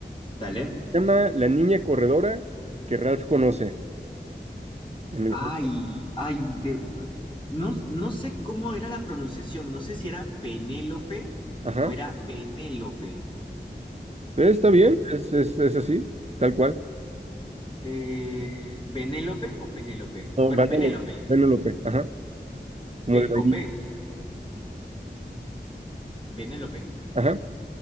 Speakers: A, on the left (about 25°); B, on the right (about 35°).
A: Dale.
B: Se Llama la niña corredora que Ralph conoce en
A: Ay,
B: el juego.
A: ay, de... no, no sé cómo era la pronunciación. No sé si era Penélope
B: Ajá.
A: o era Benélope.
B: Eh, Está bien,
A: Eh,
B: es, es, es así, tal cual.
A: eh, ¿Benélope o Penélope?
B: No,
A: Bueno,
B: Vanellope,
A: Benélope.
B: Vanellope, ajá,
A: B
B: como de vainilla.
A: con B. Benélope.
B: Ajá,